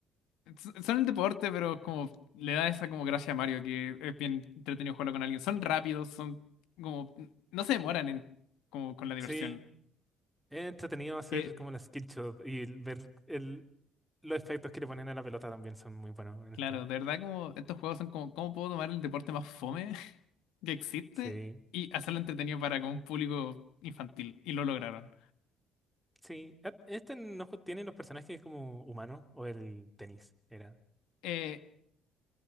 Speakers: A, on the left (about 85°); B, in the centre.
A: s- Son el deporte, pero como le da esa como gracia a Mario que es bien entretenido jugarlo con alguien. Son rápidos, son como. No se demoran en como con la diversión.
B: sí, es entretenido hacer
A: Que,
B: como la skill shot y el ver el Los efectos que le ponen a la pelota también son muy buenos en
A: claro,
B: este.
A: de verdad como estos juegos son como, ¿cómo puedo tomar el deporte más fome que existe
B: Sí,
A: y hacerlo entretenido para con un público infantil. Y lo lograron.
B: sí. Ah, Este no ju- tiene los personajes como humanos o el tenis, era.
A: Eh,